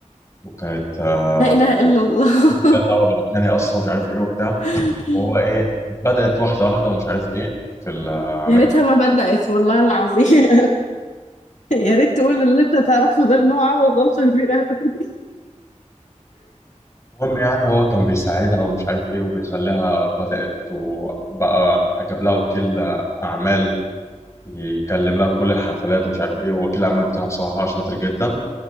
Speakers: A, on the left; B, on the left.
A: وكانت آه
B: لا إله إلا الله
A: لا دعوه بالاغاني اصلا مش عارف ايه وبتاع
B: <laughs>
A: وهو ايه بدات واحده واحده ومش عارف ايه في المكان
B: يا ريتها ما بدأت والله العظيم <laughs> يا ريت تقول اللي أنت تعرفه ده إن هو عمل غلطة كبيرة قوي
A: المهم يعني هو كان بيساعدها ومش عارف ايه وبيخليها بدأت وبقى جاب لها وكيل أعمال يكلم لها في كل الحفلات ومش عارف ايه هو وكيل الاعمال بتاعها بصراحه شاطر جدا